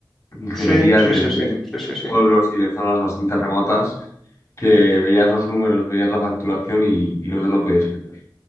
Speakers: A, on the left (about 35°); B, in the centre.
A: ingenierías
B: sí, sí,
A: de
B: sí,
A: muchos
B: sí, sí, sí, sí.
A: pueblos y de zonas bastante remotas que veías los números, veías la facturación y, y no te lo podías creer.